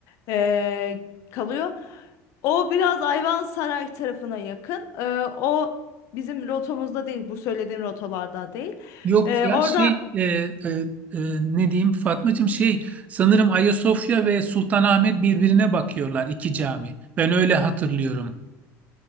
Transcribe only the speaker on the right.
Yok
ya
şey e, e, e, ne diyeyim Fatmacığım şey sanırım Ayasofya ve Sultanahmet birbirine bakıyorlar iki cami. Ben öyle hatırlıyorum.